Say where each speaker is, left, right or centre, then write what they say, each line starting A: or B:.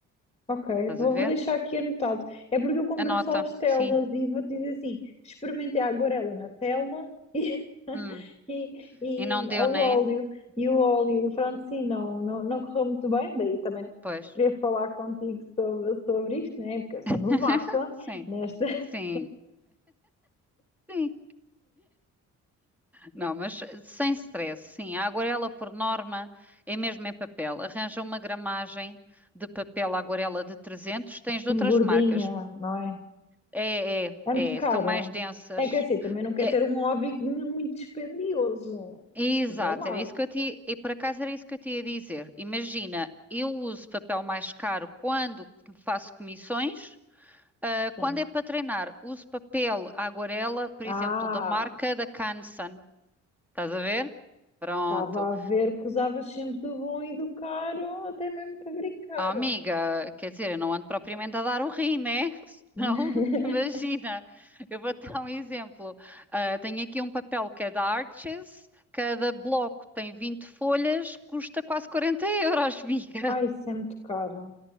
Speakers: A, on the left; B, in the centre.
A: Ok,
B: Estás
A: vou,
B: a
A: vou
B: ver?
A: deixar aqui anotado. É porque eu comprei
B: Anota,
A: só as telas
B: sim.
A: e vou te dizer assim: experimentei a aguarela na tela e, <laughs>
B: Hum.
A: e,
B: E não
A: e
B: deu,
A: o
B: né?
A: óleo. E o óleo, pronto, sim, não, não, não correu muito bem. Daí também
B: Pois.
A: queria falar contigo sobre, sobre isto, né? Porque eu sou
B: <laughs>
A: novata
B: Sim,
A: nesta <laughs>
B: sim, sim. Não, mas sem stress, sim. A aguarela, por norma, é mesmo em papel. Arranja uma gramagem de papel aguarela de 300. Tens de
A: assim,
B: outras
A: gordinha,
B: marcas.
A: não é?
B: É, é,
A: É muito
B: é,
A: caro.
B: são mais densas.
A: É que assim, também não quero
B: É,
A: ter um hobby muito dispendioso.
B: exato,
A: Vê lá,
B: era isso que eu te, e por acaso era isso que eu te ia dizer. Imagina, eu uso papel mais caro quando faço comissões, ah,
A: sim.
B: quando é para treinar, uso papel aguarela, por
A: Ah!
B: exemplo, da marca da Canson. Estás a ver? Pronto.
A: Estava a ver que usavas sempre do bom e do caro, até mesmo para brincar.
B: Ah, amiga, quer dizer, eu não ando propriamente a dar o rim, né? <laughs> Senão,
A: <laughs>
B: imagina, eu vou dar um exemplo. Ah, tenho aqui um papel cada arches, cada bloco tem 20 folhas, custa quase 40 euros, amiga.
A: Ai,
B: <laughs>
A: isso é muito caro.